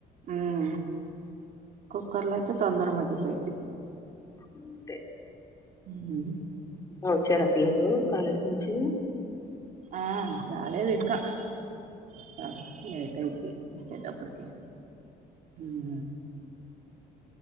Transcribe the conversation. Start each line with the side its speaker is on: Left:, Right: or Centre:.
Right: ఉమ్మ్ కుక్కర్లో అయితే తొందరగా మగ్గిపోయింది
Left: అంతే
Right: మ్మ్
Left: వచ్చారా పిల్లలు కాలేజీ నుంచి
Right: ఆ రాలేదు ఇంకా వస్తారులే లేట్ అయిపోయింది వచ్చేటప్పటికి ఉమ్మ్